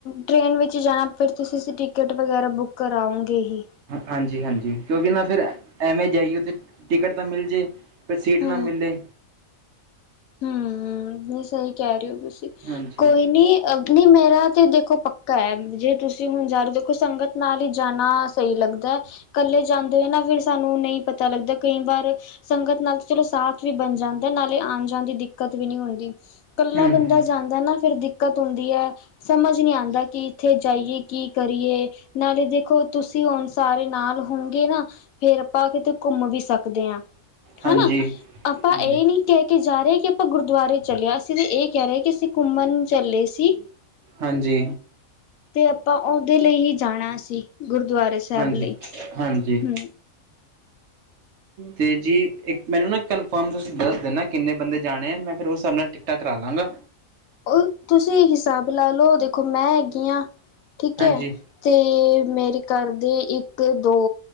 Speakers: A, on the left; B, on the right.
A: ਟ੍ਰਰੇਨ ਵਿੱਚ ਜਾਣਾ, ਫਿਰ ਤੁਸੀਂ ਟਿਕਟ ਵਗੈਰਾ ਬੁੱਕ ਕਰਾਉਣਗੇ ਹੀ
B: ਹਾਂਜੀ -ਹਾਂਜੀ। ਕਿਉਂਕਿ ਨਾ ਫਿਰ, ਐਵੇਂ ਜਾਈਏ, ਟਿਕਟ ਤਾਂ ਮਿਲ ਜੇ ਪਰ ਸੀਟ
A: ਹੂੰ
B: ਨਾ ਮਿਲੇ।
A: ਹਮ, ਨਹੀਂ ਸਹੀ ਕਹਿ ਰਹੇ ਹੋ ਤੁਸੀਂ,
B: ਹਾਂਜੀ
A: ਕੋਈ ਨੀ ਐਕਚੂਲੀ ਮੇਰਾ ਤੇ ਦੇਖੋ ਪੱਕਾ ਹੈ, ਜੇ ਤੁਸੀਂ ਹੁਣ ਜਾ ਰਹੇ, ਦੇਖੋ ਸੰਗਤ ਨਾਲ ਹੀ ਜਾਣਾ। ਸਹੀ ਲੱਗਦਾ, ਇਕੱਲੇ ਜਾਂਦੇ ਹੋ ਨਾ, ਫਿਰ ਸਾਨੂੰ ਨਹੀਂ ਪਤਾ ਲੱਗਦਾ ਕਈ ਵਾਰ ਸੰਗਤ ਨਾਲ ਚਲੋ ਸਾਥ ਵੀ ਬਣ ਜਾਂਦਾ, ਨਾਲੇ ਆਉਣ 'ਚ ਜਾਣ ਦੀ ਦਿੱਕਤ ਵੀ ਨਹੀਂ ਹੁੰਦੀ, ਇਕੱਲਾ
B: ਹੂੰ
A: ਬੰਦਾ
B: ਹੂੰ
A: ਜਾਂਦਾ ਨਾ, ਫਿਰ ਦਿੱਕਤ ਹੁੰਦੀ ਹੈ। ਸਮਝ ਨਹੀਂ ਆਉਂਦਾ ਕਿ, ਕਿੱਥੇ ਜਾਈਏ, ਕੀ ਕਰੀਏ। ਨਾਲੇ ਦੇਖੋ, ਤੁਸੀਂ ਹੁਣ ਸਾਰੇ ਨਾਲ ਹੋਂਗੇ ਨਾ, ਫੇਰ ਆਪਾਂ ਕਿਤੇ ਘੁੰਮ ਵੀ ਸਕਦੇ ਹਾਂ,
B: ਹਾਂਜੀ
A: ਹਨਾ, ਆਪਾਂ
B: ਹਾਂਜੀ
A: ਇਹ ਨੀ ਕਹਿ ਕੇ ਜਾ ਰਹੇ ਕਿ ਆਪਾਂ ਗੁਰਦੁਆਰੇ ਚੱਲਿਆ, ਅਸੀਂ ਤੇ ਇਹ ਕਹਿ ਰਹੇ ਕਿ ਅਸੀਂ ਘੁੰਮਣ ਚੱਲੇ ਸੀ।
B: ਹਾਂਜੀ
A: ਤੇ ਆਪਾਂ ਉਹਦੇ ਲਈ ਹੀ ਜਾਣਾ ਸੀ, ਗੁਰਦੁਆਰੇ ਸਾਹਿਬ
B: ਹਾਂਜੀ
A: ਲਈ,
B: ਹਾਂਜੀ
A: ਹੂੰ,
B: ਤੇ ਜੀ, ਇੱਕ ਮੈਨੂੰ ਨਾ ਕਨਫਰਮ ਤੁਸੀਂ ਦੱਸ ਦੇਣਾ ਕਿੰਨੇ ਬੰਦੇ ਜਾਣੇ ਆ, ਮੈਂ ਫਿਰ ਉਸ ਹਿਸਾਬ ਨਾਲ, ਟਿਕਟਾ ਕਰਾ ਲਵਾਂਗਾ।
A: ਉਹ ਤੁਸੀਂ ਹਿਸਾਬ ਲਾ ਲਓ ਦੇਖੋ ਮੈਂ ਹੈਗੀ ਹਾਂ, ਠੀਕ
B: ਹਾਂਜੀ
A: ਹੈ। ਤੇ ਮੇਰੇ ਘਰ ਦੇ, ਇੱਕ- ਦੋ